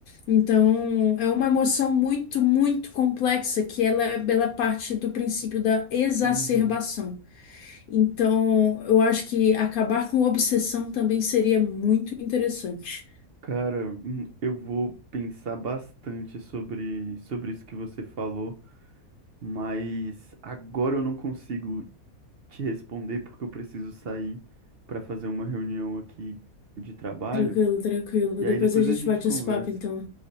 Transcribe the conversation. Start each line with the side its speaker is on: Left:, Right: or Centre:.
Left: Então, é uma emoção muito, muito complexa que ela, ela parte do princípio da exacerbação.
Right: uhum.
Left: Então, eu acho que acabar com obsessão também seria muito interessante.
Right: Cara, hum, eu vou pensar bastante sobre, sobre isso que você falou. Mas agora eu não consigo te responder porque eu preciso sair para fazer uma reunião aqui de trabalho.
Left: Tranquilo, tranquilo.
Right: E
Left: Depois
Right: aí depois
Left: a gente
Right: a gente
Left: bate
Right: conversa.
Left: esse papo, então.